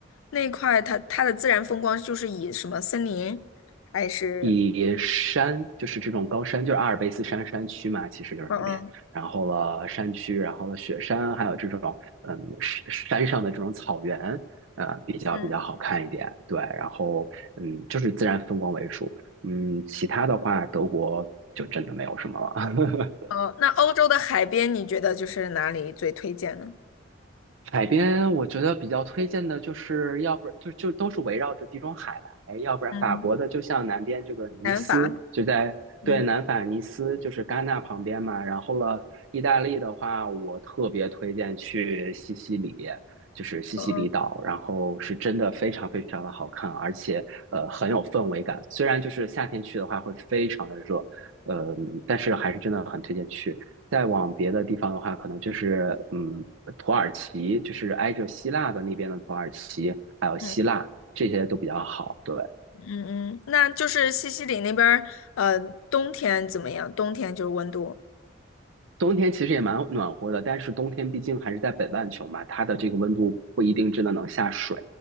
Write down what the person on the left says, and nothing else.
那块它它的自然风光就是以什么森林还是
嗯嗯
嗯
哦，
那欧洲的海边你觉得就是哪里最推荐呢？
嗯，南法，
嗯
嗯
嗯
嗯嗯，那就是西西里那边儿，呃，冬天怎么样？冬天就是温度。